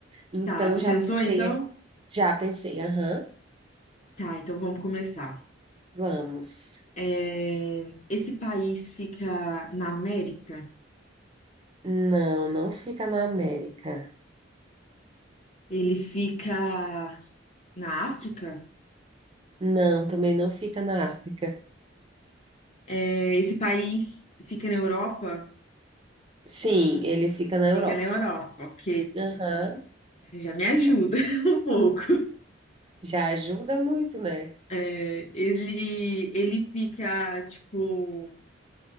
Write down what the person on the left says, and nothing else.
Tá. Você
pensou então?
Tá. Então vamos começar.
É, Esse país fica na América?
Ele fica na África?
É, Esse país fica na Europa?
Fica na Europa, ok.
Já me ajuda <laughs> um pouco.
É, ele, ele fica, tipo,